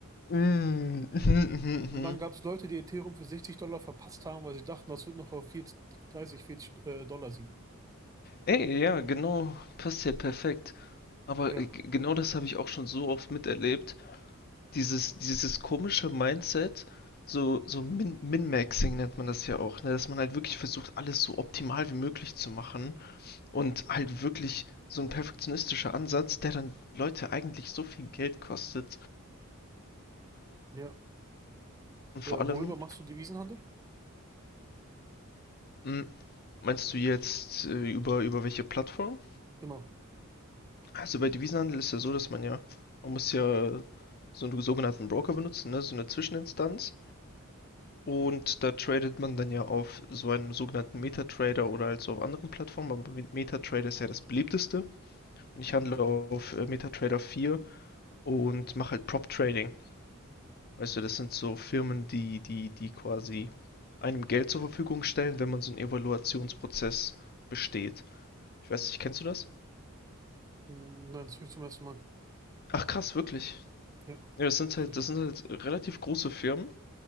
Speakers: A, on the left; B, on the right.
A: Mm, <laughs> mhm, mhm,
B: Und
A: mhm.
B: dann gab es Leute, die Ethereum für 60 Dollar verpasst haben, weil sie dachten, das wird noch auf 40, 30, 40 äh, Dollar sinken.
A: Ey, ja, genau, passt ja perfekt. Aber
B: Ja,
A: äh, g- genau das habe ich auch schon so oft miterlebt. Dieses, dieses komische Mindset, so, so Min Min-Maxing nennt man das ja auch, ne? Dass man halt wirklich versucht, alles so optimal wie möglich zu machen. Und halt wirklich so ein perfektionistischer Ansatz, der dann Leute eigentlich so viel Geld kostet.
B: ja.
A: Und vor
B: Äh,
A: allem,
B: worüber machst du Devisenhandel?
A: mm, meinst du jetzt äh, über, über welche Plattform?
B: Genau.
A: Also bei Devisenhandel ist ja so, dass man ja, man muss ja so einen sogenannten Broker benutzen, ne? So eine Zwischeninstanz. Und da tradet man dann ja auf so einem sogenannten MetaTrader oder also auf anderen Plattformen, aber MetaTrader ist ja das beliebteste. Und ich handle auf äh, MetaTrader 4 und mache halt Prop Trading. Weißt du, das sind so Firmen, die, die, die quasi einem Geld zur Verfügung stellen, wenn man so einen Evaluationsprozess besteht. Ich weiß nicht, kennst du das?
B: Hm, nein, das höre ich zum ersten Mal.
A: Ach krass, wirklich.
B: Ja,
A: Ja, das sind
B: kenne
A: halt,
B: ich nicht.
A: das sind halt relativ große Firmen,